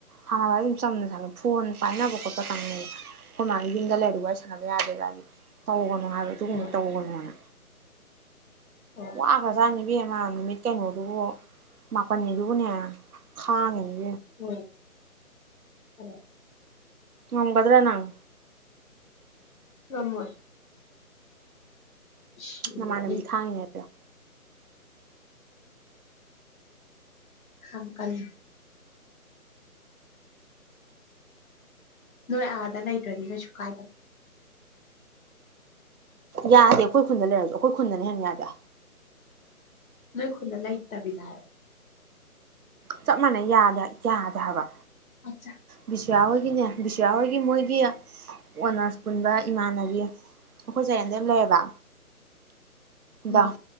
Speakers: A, on the right; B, on the left.
A: ꯁꯥꯟꯅꯕ ꯑꯗꯨꯝ ꯆꯝꯅ ꯁꯥꯟ ꯐꯣꯟ ꯄꯥꯏꯅꯕ ꯈꯣꯠꯄ ꯇꯪꯕ ꯑꯩꯈꯣꯏ ꯃꯥꯒꯤ ꯌꯨꯝꯗ ꯂꯩꯔꯨꯕ ꯑꯩ ꯁꯥꯟꯅꯕ ꯌꯥꯗꯦꯗꯤ ꯇꯧꯒ ꯍꯥꯏꯕ ꯑꯗꯨꯒꯨꯝꯕ
B: ꯍꯣꯏ
A: ꯇꯧꯒꯅꯅ
B: ꯍꯣꯏ
A: ꯋꯥ ꯈꯁꯅꯤꯕꯤꯃ ꯅꯨꯃꯤꯠ ꯀꯩꯅꯣꯗꯨꯕꯨ ꯃꯥꯄꯜꯅꯤꯗꯨꯕꯨꯅꯦ ꯈꯥꯡꯉꯤꯅꯦ
B: ꯎ ꯑꯣ
A: ꯑꯣꯝꯕꯗꯔꯥ ꯅꯪ
B: ꯑꯃ ꯁꯤꯌꯥꯅꯤ
A: ꯅꯃꯥꯟꯅꯕꯤꯗꯤ ꯈꯥꯡꯉꯤꯅꯦ
B: ꯍ ꯀꯜ ꯅꯣꯏ ꯑꯥꯗ ꯂꯩꯇ꯭ꯔꯗꯤ ꯀꯩꯁꯨ ꯀꯥꯏꯗ
A: ꯌꯥꯗꯦ ꯑꯩꯈꯣꯏ ꯈꯨꯟꯗ ꯂꯩꯔꯁꯨ ꯑꯩꯈꯣꯏ ꯈꯨꯨꯟꯗꯅꯤ ꯍꯟꯅ ꯌꯥꯗꯦ
B: ꯂꯈꯟ ꯏꯇꯥꯕꯤꯗꯥ
A: ꯆꯞ ꯃꯅ ꯌꯥꯗ ꯍꯥꯏ ꯆꯥꯛ ꯕ
B: ꯑꯆꯥ
A: ꯕꯤꯁꯌꯥ ꯑꯣꯏꯒꯤꯅꯦ ꯕꯤꯁ ꯑꯣꯏ ꯑꯩ ꯃꯣꯏꯒꯤ ꯑꯣꯅꯔꯁ ꯄꯨꯟꯕ ꯏꯃꯥꯟꯅꯕꯤ ꯑꯩꯈꯣꯏ ꯆꯔꯦꯟꯗꯩ ꯑꯃꯥ ꯂꯩꯌꯦꯕ
B: ꯎꯝ
A: ꯗ